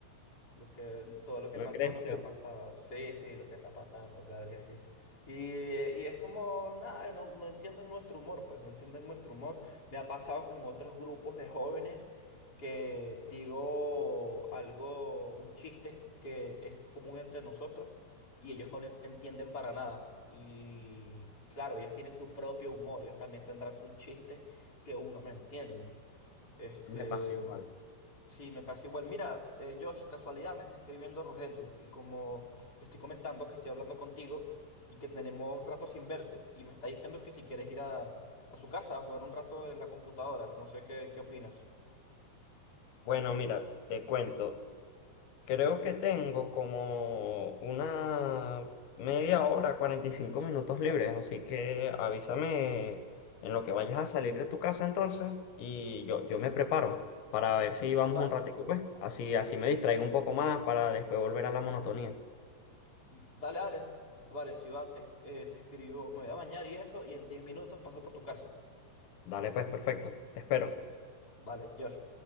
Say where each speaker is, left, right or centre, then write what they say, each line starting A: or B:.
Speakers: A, on the left (about 25°); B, on the left (about 70°).
A: Lo que, todo lo que
B: ¿No
A: pasó,
B: crees
A: lo que
B: tú?
A: ha pasado. Sí, sí, lo que está pasando, claro que sí. Y, eh, y es como, nada, no, no entienden nuestro humor, pues no entienden nuestro humor. Me ha pasado con otros grupos de jóvenes que digo algo, un chiste que es común entre nosotros y ellos no lo entienden para nada. Y claro, ellos tienen su propio humor, ellos también tendrán sus chistes que uno no entiende. Este,
B: Me pasa igual.
A: Sí, me pasa igual. Mira, eh, Josh, casualidad, me está escribiendo Rogelio y como le estoy comentando que estoy hablando contigo y que tenemos rato sin verte y me está diciendo que si quieres ir a, a su casa a jugar un rato en la computadora, no sé qué, qué opinas.
B: Bueno, mira, te cuento. Creo que tengo como una media hora, 45 minutos libres, así que avísame en lo que vayas a salir de tu casa entonces y yo, yo me preparo para ver si vamos
A: Vale,
B: un ratito, pues. Así, así me distraigo un poco más para después volver a la monotonía.
A: dale, dale, vale, si va, te, eh, te escribo, me voy a bañar y eso y en 10 minutos paso por tu casa.
B: Dale, pues, perfecto. Te espero.
A: Vale, Josh.